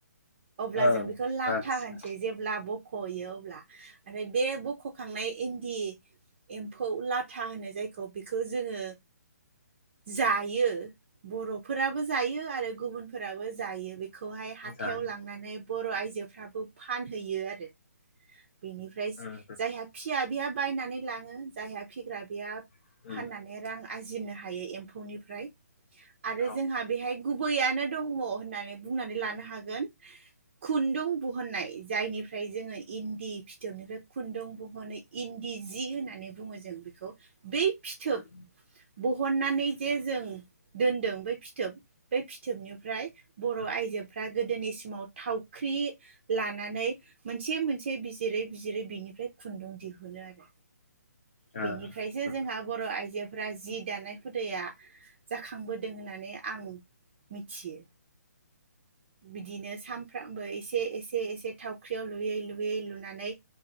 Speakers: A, on the right (about 35°); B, on the left (about 45°).
A: अब्ला
B: ओं
A: जों बेखौ लाथा
B: आदसा
A: होनसै जेब्ला ब ख'यो अब्ला ओमफ्राय बे बख'खांनाय इन्दि एम्फौ लाथा होनो जायखौ बेखौ जोङो जायो बर' फोराबो जायो आरो गुबुन फोराबो जायो बे खौहाय हाथ
B: जायो
A: थायाव लांनानै बर' आइजोफ्राबो फानहैयो आरो। बेनिफ्राय
B: उम
A: जायहा फिया बेहा बायनानै लाङो जायहा फिग्रा बेया
B: उम
A: फाननानै रां आरजिनो हा हायो एम फौनिफ्राय आरो
B: औ
A: जोंहा बेहाय गुबैयानो दङ होननानै बुंनानै लानो हाग गोन खुन्दुं बुहननाय जायनिफ्राय जोङो इन्दि फिथोबनिफ्राय खुन्दुं बुहनो इन्दि जि होननानै बुङो जों बेखौ। बे फिथोब
B: उम
A: ब हननानै जे जों दोनदों बै फिथोब बै फिथोबनिफ्राय बर'
B: उम
A: आयजोफ्रा गोदोनि समाव थावख्रि लानानै मोनसे मोनसे बिजिरै बिजिरो बिनिफ्राय खुन्दुं दिहुनो आरो।
B: उम
A: बेनिफ्रायसो
B: ओ
A: जोंहा बर' आइजो फोरा जि दानाय हुदाया जाखांबोदों होननानै आं मिथियो। बिदिनो सामफ्रामबो एसे एसे एसे थावख्रियाव लुयै लुयै लुनानै